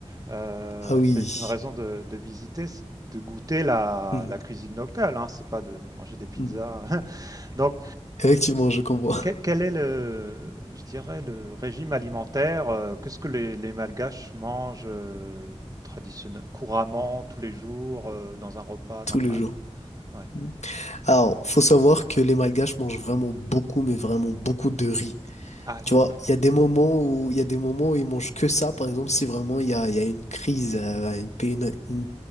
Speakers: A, on the right (about 35°); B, on the left (about 85°).
A: Euh,
B: Ah oui.
A: c'est une raison de, de visiter, c'est de goûter la,
B: Hmm,
A: la cuisine locale, hein, c'est pas de, de manger des pizzas.
B: hmm.
A: <laughs> Donc,
B: Effectivement, je comprends.
A: que- quel est le, je dirais, le régime alimentaire? euh, qu'est-ce que les, les Malgaches mangent euh, traditionne- couramment, tous les jours, euh, dans un repas
B: <laughs> Tous
A: normal?
B: les jours.
A: Ouais.
B: Hmm. Alors, faut savoir que les Malgaches mangent vraiment beaucoup, mais vraiment beaucoup de riz.
A: Ah oui.
B: Tu vois, il y a des moments où il y a des moments où ils mangent que ça. Par exemple, si vraiment il y a, il y a une crise, euh, une, une- une-